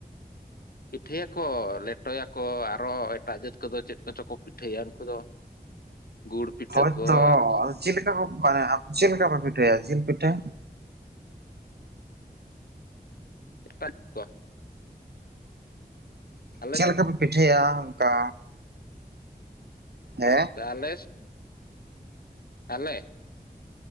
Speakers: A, on the left; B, on the right.
A: ᱯᱤᱴᱷᱟᱹᱭᱟᱠᱚ ᱞᱮᱴᱚᱭᱟᱠᱚ ᱟᱨᱚ ᱮᱴᱟᱜ ᱡᱟᱹᱛ ᱠᱚᱫᱚ ᱪᱮᱫ ᱠᱚᱪᱚ ᱠᱚ ᱯᱤᱴᱷᱟᱹᱭᱟ ᱩᱱᱠᱩ ᱫᱚ ᱜᱩᱲ ᱯᱤᱴᱷᱟᱹ
B: ᱦᱳᱭᱛᱚ
A: ᱠᱚ ᱟᱨ
B: ᱟᱫᱚ ᱪᱮᱫ ᱞᱮᱠᱟᱯᱮ ᱦᱮ ᱪᱮᱫ ᱞᱮᱠᱟᱯᱮ ᱯᱤᱴᱷᱟᱹᱭᱟ ᱡᱤᱞ ᱯᱤᱴᱷᱟᱹ
A: <unintelligible> ᱟᱞᱮ
B: ᱪᱮᱫ
A: ᱥᱮᱫ
B: ᱞᱮᱠᱟ ᱯᱮ ᱯᱤᱴᱷᱟᱹᱭᱟ ᱚᱱᱠᱟ ᱦᱮᱸ
A: <unintelligible> ᱟᱞᱮ?